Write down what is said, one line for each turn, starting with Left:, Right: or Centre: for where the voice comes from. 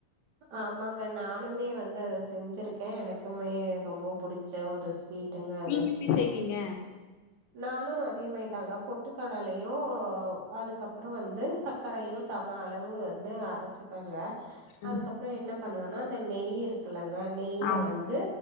Right: ஆமாங்க நானுமே வந்து அத செஞ்சிருக்கே எனக்குமே ரொம்ப புடிச்ச ஒரு ஸ்சு விட்டுங்க அது
Left: நீங்க எப்டி செய்வீங்க
Right: நானு அதே மேர் போட்டாங்க பொட்டுக்கடலையு அதுக்கப்றோ வந்து சர்க்கரையு சம அளவு வந்து அரைச்சிப்பேங்க
Left: ம்.
Right: அதுக்கப்றோ என்ன பண்ணுவனா அந்த நெய் இருக்கலாங்க நெயில
Left: ஆமா
Right: வந்து